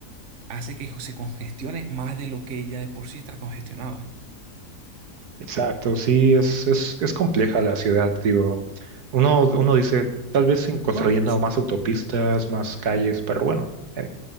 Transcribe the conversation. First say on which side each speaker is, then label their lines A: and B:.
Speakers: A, on the right (about 50°); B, on the right (about 70°).
A: hace que se congestione más de lo que ya de por sí está congestionado.
B: Exacto, sí, es, es, es compleja la ciudad, digo. Uno, uno dice, tal vez sin construyendo
A: Bueno, s-
B: más autopistas, más calles, pero bueno. en-